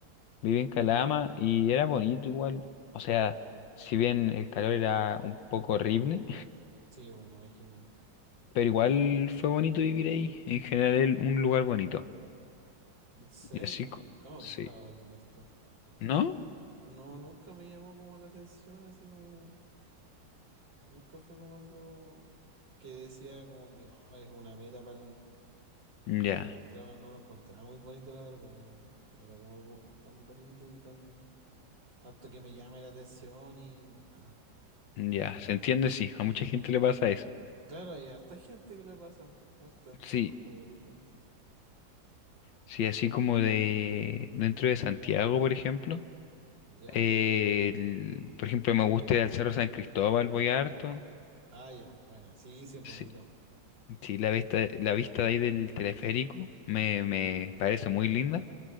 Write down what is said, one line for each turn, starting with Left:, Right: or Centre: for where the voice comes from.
Left: Viví en Calama y era bonito igual. O sea, si bien el calor era un poco horrible,
Right: Sí, pues, me imagino.
Left: <laughs> pero igual fue bonito vivir ahí. En general, el- un lugar bonito.
Right: ¿En serio?
Left: Y así,
Right: A
Left: co-
Right: mí nunca me ha
Left: sí.
Right: gustado el norte.
Left: ¿No?
Right: No, nunca me llamó como la atención, así como, nunca fue como algo que decía como que "Oh, es una meta para mí.
Left: Ya,
Right: Lo encontraba, no lo encontraba muy bonito, la verdad, no, no era como algo tan bonito y tan, tanto que me llame la atención y no, nada.
Left: ya. Se entiende, sí. A mucha gente le pasa eso.
Right: Claro, hay harta gente que le pasa. Harta.
Left: Sí,
Right: Conozco varias gente.
Left: sí, así como de dentro de Santiago, por ejemplo.
Right: ¿Ya?
Left: eh, el- por ejemplo, me gusta ir al Cerro San Cristóbal, voy harto.
Right: Ah, ya. Bueno, sí, sí es bonito.
Left: Sí, sí, la vista, la vista de ahí del teleférico me, me parece muy linda.